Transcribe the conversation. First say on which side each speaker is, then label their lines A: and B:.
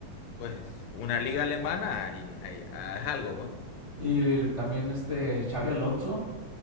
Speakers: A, on the left; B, on the left.
A: pues una liga alemana y, ay, ah, es algo, pues.
B: Y, y también este Xavi Alonso.